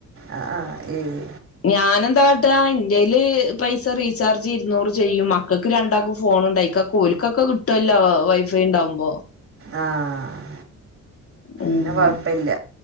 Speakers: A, on the right; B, on the left.
A: അഹ ആഹ എഹ ഏയ്
B: ഞാനെന്ത കാട്ടാ ഇന്റെല് പൈസ റീചാർജ് ഇരുന്നൂറ് ചെയ്യും മക്കക്ക് രണ്ടാക്കും ഫോൺ ണ്ടായിക്ക ഓല്ക്കൊക്കെ കിട്ടുവല്ലോ വൈഫൈ ണ്ടാവുമ്പോ
A: ആഹ്
B: ഉം
A: പിന്നെ കൊഴപ്പല്ല